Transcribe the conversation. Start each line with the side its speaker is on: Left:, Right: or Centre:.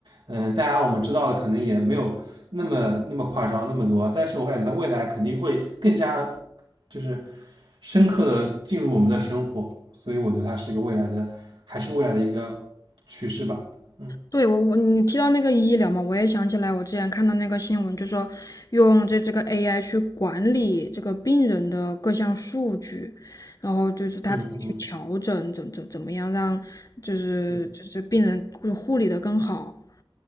Right: 嗯，大家我们知道的可能也没有那么那么夸张那么多，但是我感觉到未来肯定会更加就是深刻的进入我们的生活，所以我觉得它是一个未来的，还是未来的一个趋势吧。嗯
Left: 对我我你提到那个医疗嘛，我也想起来，我之前看到那个新闻，就说用这这个 AI 去管理这个病人的各项数据，然后就是他自己去调整，
Right: 嗯嗯，
Left: 怎怎怎么样让就是就是病人护护理的更好。
Right: 对，